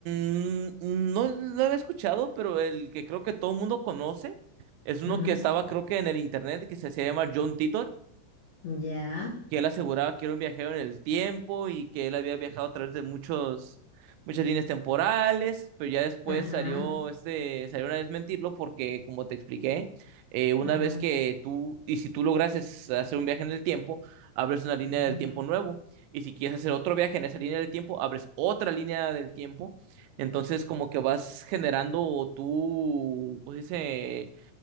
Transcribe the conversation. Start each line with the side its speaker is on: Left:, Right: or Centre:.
Right: mm, no lo había escuchado, pero el que creo que todo el mundo conoce es uno
Left: Ujú.
Right: que estaba, creo que en el internet, que se hacía llamar John Titor
Left: Ya,
Right: que él aseguraba que era un viajero en el tiempo y que él había viajado a través de muchos, muchas líneas temporales, pero ya después
Left: ajá.
Right: salió este, salió a desmentirlo porque, como te expliqué, eh, una
Left: Ajá,
Right: vez que tú, y si tú lograses hacer un viaje en el tiempo, abres una línea
Left: ajá,
Right: del tiempo nuevo. Y si quieres hacer otro viaje en esa línea del tiempo, abres otra línea del tiempo. Entonces, como que vas generando tú, pues dice,